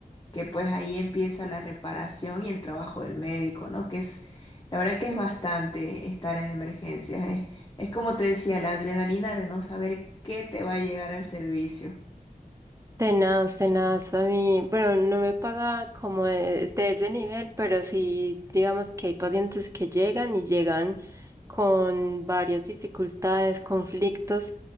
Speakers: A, on the left (about 25°); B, on the right (about 20°).
A: que pues ahí empieza la reparación y el trabajo del médico, ¿no? Que es, la verdad que es bastante estar en emergencias, es, es como te decía, la adrenalina de no saber qué te va a llegar al servicio.
B: Tenaz, tenaz, a mí, bueno, no me pasa como de, de ese nivel, pero sí, digamos que hay pacientes que llegan y llegan con varias dificultades, conflictos